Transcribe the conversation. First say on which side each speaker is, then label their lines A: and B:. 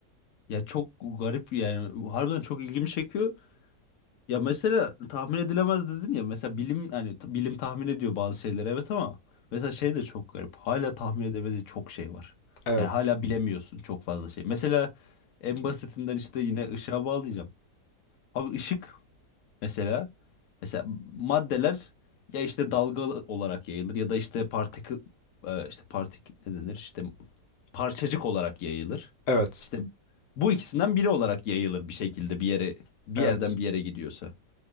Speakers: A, on the left; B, on the left.
A: Ya çok garip yani harbiden çok ilgimi çekiyor. Ya mesela tahmin edilemez dedin ya mesela bilim hani t- bilim tahmin ediyor bazı şeyleri evet ama mesela şey de çok garip. Hala tahmin edemediği çok şey var.
B: Evet.
A: Yani hala bilemiyorsun çok fazla şey. Mesela en basitinden işte yine ışığa bağlayacağım. Abi ışık mesela mesela maddeler ya işte dalgalı olarak yayılır ya da işte partik e, işte partik ne denir işte parçacık olarak yayılır.
B: Evet.
A: İşte bu ikisinden biri olarak yayılır bir şekilde bir yere bir
B: Evet.
A: yerden bir yere gidiyorsa.